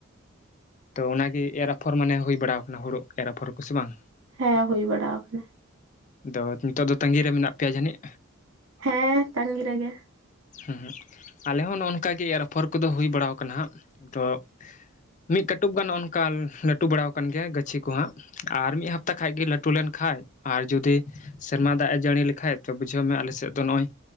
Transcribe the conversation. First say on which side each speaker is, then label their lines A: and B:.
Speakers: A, on the left (about 35°); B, on the right (about 75°).
A: ᱛᱚ ᱚᱱᱟᱜᱮ ᱮᱨ ᱟᱯᱷᱚᱨ ᱢᱟᱱᱮ ᱦᱩᱭ ᱵᱟᱲᱟ ᱟᱠᱟᱱᱟ ᱦᱩᱲᱩ ᱮᱨ ᱟᱯᱷᱚᱨ ᱠᱚ ᱥᱮ ᱵᱟᱝ
B: ᱦᱮᱸ ᱦᱩᱭ ᱵᱟᱲᱟ ᱟᱠᱟᱱᱟ
A: ᱟᱫᱚ ᱱᱤᱛᱚᱜ ᱫᱚ ᱛᱟᱹᱜᱤᱨ ᱨᱮ ᱢᱮᱱᱟᱜ ᱯᱮᱭᱟ ᱡᱟᱹᱱᱤᱡ
B: ᱦᱮᱸ ᱛᱟᱸᱜᱤ ᱨᱮᱜᱮ
A: ᱸᱸ ᱟᱞᱮ ᱦᱚᱸ ᱱᱚᱜᱼ ᱚᱱᱠᱟᱜ ᱜᱮ ᱮᱨ ᱟᱯᱷᱚᱨ ᱠᱚᱫᱚ ᱦᱩᱭ ᱵᱟᱲᱟ ᱠᱟᱱᱟ ᱦᱟᱸᱜ ᱛᱚ ᱢᱤᱫ ᱠᱟᱹᱴᱩᱵ ᱜᱟᱱ ᱚᱱᱠᱟ ᱞᱟᱹᱴᱩ ᱵᱟᱲᱟᱣᱟ ᱟᱠᱟᱱ ᱜᱮᱭᱟ ᱜᱟᱹᱪᱷᱤ ᱠᱚ ᱦᱟᱸᱜ ᱟᱨ ᱢᱤᱫ ᱦᱟᱯᱛᱟ ᱠᱷᱟᱱᱜᱮ ᱞᱟᱹᱴᱩ ᱞᱮᱱ ᱠᱷᱟᱡ ᱟᱨ ᱡᱩᱫᱤ ᱥᱮᱨᱢᱟ ᱫᱟᱜ ᱮ ᱡᱟᱹᱲᱤ ᱞᱮᱠᱷᱟᱡ ᱛᱚ ᱵᱩᱡᱷᱟᱹᱣ ᱢᱮ ᱟᱞᱮᱥᱮᱫ ᱫᱚ ᱱᱚᱜᱼᱚᱭ